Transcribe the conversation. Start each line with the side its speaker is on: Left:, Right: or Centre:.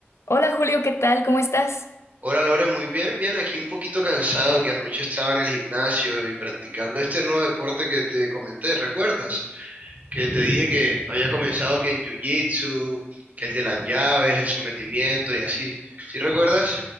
Left: Hola Julio, ¿qué tal? ¿Cómo estás?
Right: Hola Lore, muy bien, bien, aquí un poquito cansado que anoche estaba en el gimnasio y practicando este nuevo deporte que te comenté, ¿recuerdas? Que te dije que había comenzado que en jiu-jitsu, que el de las llaves, el sometimiento y así, ¿sí recuerdas?